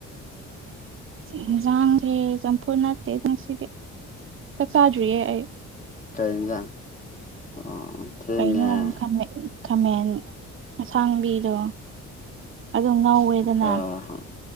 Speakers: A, on the right; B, on the left.
A: ꯍꯦꯟꯁꯥꯡꯁꯦ ꯆꯝꯐꯨꯠ ꯅꯠꯇꯦ ꯉꯁꯤꯗꯤ ꯆꯥꯛ ꯆꯥꯗ꯭ꯔꯤꯌꯦ ꯑꯩ
B: ꯀꯩ ꯏꯟꯖꯥꯡ ꯑꯣ ꯊꯦꯡꯉꯦꯍꯦ
A: ꯀꯩꯅꯣ ꯈꯥꯃꯦ ꯈꯥꯃꯦꯟ ꯑꯁꯥꯡꯕꯤꯗꯣ ꯑꯗꯨꯝ ꯉꯧꯋꯦꯗꯅ
B: ꯍꯣꯏ ꯍꯣꯏ